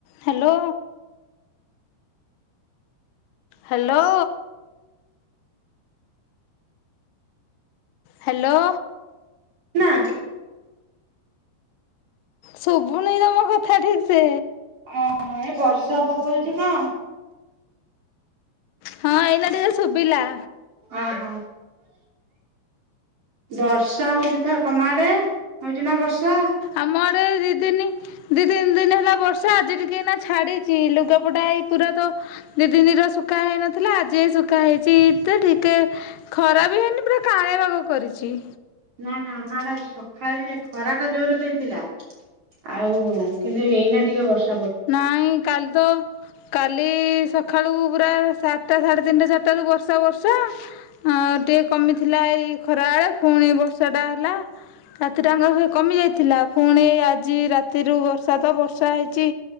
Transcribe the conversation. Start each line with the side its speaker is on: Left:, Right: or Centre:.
Left: Hello. Hello. Hello.
Right: ନା।
Left: ସୁବୁନି ତମ କଥା ଠିକ ସେ।
Right: ଓହୋ ଏଇ ବର୍ଷା ପକଉଛି ତ।
Left: ହଁ ଏଇନା ଟିକେ ଶୁଭିଲା।
Right: ଆଁ ହୋ। ବର୍ଷା ହଉଛି ତ ତମ ଆଡେ ହଉଛି ନା ବର୍ଷା?
Left: ଆମ ଆଡେ ଦି ଦିନି ଦି ତିନି ଦିନ ହେଲା ବର୍ଷା ଆଜି ଟିକେ ନା ଛାଡିଛି ଲୁଗାପଟା ହେଇ ପୁରା ତ ଦିଦିନି ର ଶୁଖା ହେଇନଥିଲା ଆଜି ଶୁଖା ହେଇଛି ତି ଟିକେ। ଖରା ବି ହେଇନି ପୁରା କାଆଁଳିଆ ପାଗ କରିଛି।
Right: ନା ନା ଆମ ଆଡେ ଆଜି ସକାଳେ ଖରା ଟା ଜୋର ରେ ଦେଇଥିଲା। ଆଉ କିନ୍ତୁ ଏଇନେ ଟିକେ ବର୍ଷ
Left: ନାଇଁ କାଲି ତ କାଲି ସକାଳୁ ପୁରା ସାତଟା ସାଢ଼େ ତିନିଟା ଚାରିଟାରୁ ବର୍ଷା ବର୍ଷା। ହଁ ଟିକେ କମିଥିଲା ଏଇ ଖରାବେଳେ ପୁଣି ବର୍ଷାଟା ହେଲା। ରାତିଟା ଆଙ୍କ ହେ କମିଯାଇଥିଲା ପୁଣି ଆଜି ରାତିରୁ ବର୍ଷା ତ ବର୍ଷା ହେଇଛି।